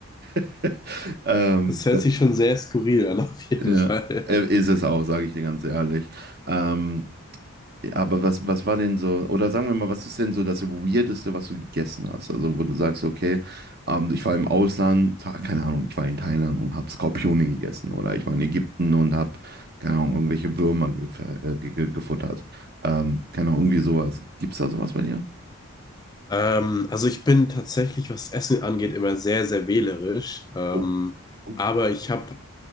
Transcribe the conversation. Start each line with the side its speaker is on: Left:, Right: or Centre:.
Right: <laughs> ähm,
Left: es hört sich schon sehr skurril an, <laughs> auf jeden
Right: ja,
Left: Fall.
Right: äh, ist es auch, sage ich dir ganz ehrlich. Ähm, aber was, was war denn so, oder sagen wir mal, was ist denn so das Weirdeste, was du gegessen hast? Also, wo du sagst, okay, ähm, ich war im Ausland, ta- keine Ahnung, ich war in Thailand und habe Skorpione gegessen oder ich war in Ägypten und habe, keine Ahnung, irgendwelche Würmer gefe- äh, ge- ge- gefuttert. Ähm, keine Ahnung, irgendwie sowas. Gibt's da sowas bei dir?
Left: Ähm, also ich bin tatsächlich, was Essen angeht, immer sehr, sehr wählerisch. Ähm,
Right: Oh, oh,
Left: aber ich habe